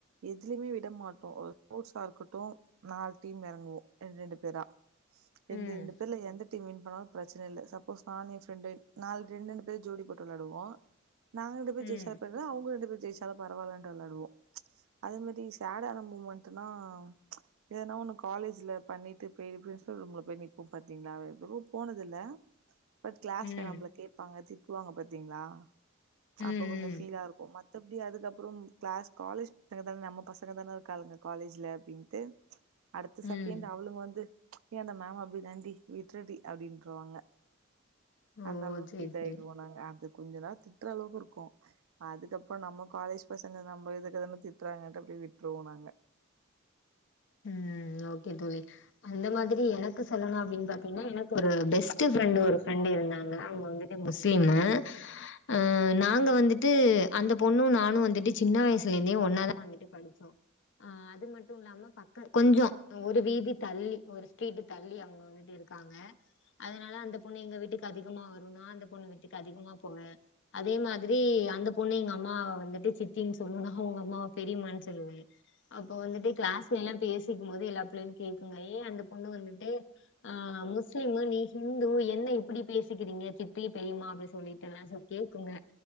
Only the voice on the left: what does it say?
ம்
ம்
ம்
ம் ம்
ம்
ஓ
சேரி
சேரி
ம் ஓகே தோழி அந்த மாரி எனக்கு சொல்லணு அப்டின் பாத்தீங்கின்னா எனக்கு ஒரு பெஸ்ட்டு ஃப்ரெண்டு் ஒரு ஃப்ரெண்டு் இருந்தாங்க அவுங்க வந்து முஸ்லீமு ஆ நாங்க வந்துட்டு அந்த பொண்ணு நானு வந்துட்டு சின்ன வயசுலே இருந்தே ஒன்னாதா வந்து ட்டு படிச்சோ அது மட்டு இல்லாம பக் கொஞ்ச ஒரு வீதி தள்ளி ஒரு ஸ்ட்ரீட் தள்ளி அவுங்க வந்துட்டு இருக்கா சங்க அதனால அந்த பொண்ணு எங்க வீட்டுக்கு அதிகமா வரு நா அந்த பொண்ணு வீட்டுக்கு அதிகமா போவே அதே மாதிரி அந்த பொண்ணு எங்க அம்மா வந்துட்டு சித்தின்னு சொல்லு அவுங்க அம்மாவ பெரிமா ன்னு சொல்லுவே அப்போ வந்துட்டு கிளாஸ்ல எல்லா பேசிக்கு போது எல்லா பிள்ளைகளு கேக்குங்க அந்த பொண்ணு வந்துட்டு ஆ முஸ்லிம் நீ ஹிந்து என்ன இப்டி பேசிக்கிறீங்க சித்தி பெரியம்மா அப்டி சொல்லிட்டு எல்லா கேக்குங்க